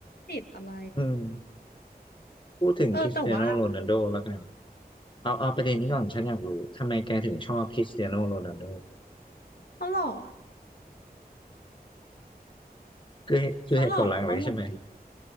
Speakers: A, on the left; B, on the left.
A: ติดอะไร
B: อืมพูดถึงคริสเตียโนโรนัลโดแล้วกัน
A: เออแต่ว่า
B: เอา เอาประเด็นนี้ก่อน ฉันอยากรู้ ทำไมแกถึงชอบคริสเตียโนโรนัลโด
A: เขาหล่ออะ
B: คือคือเหตุผลหลักเลยใช่ไหม
A: เขาหล่อเขาหุ่นดี